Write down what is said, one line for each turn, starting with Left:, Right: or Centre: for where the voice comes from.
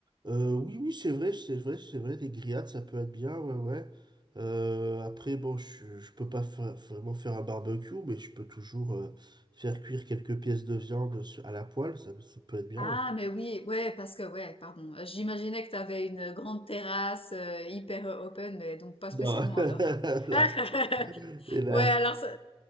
Right: Euh, oui, oui, c'est vrai, c'est vrai, c'est vrai. Des grillades, ça peut être bien, ouais, ouais. Euh, après, bon, je, je peux pas fa- vraiment faire un barbecue, mais je peux toujours euh, faire cuire quelques pièces de viande sur- à la poêle. Ça, ça peut être bien,
Left: Ah,
Right: ouais.
Left: mais oui, ouais, parce que, ouais, pardon. Euh, J'imaginais que t'avais une grande terrasse, euh, hyper euh, open, mais donc pas
Right: Non.
Left: spécialement,
Right: <laughs>
Left: alors.
Right: Non.
Left: <laughs>
Right: Et là,
Left: Ouais, alors ça,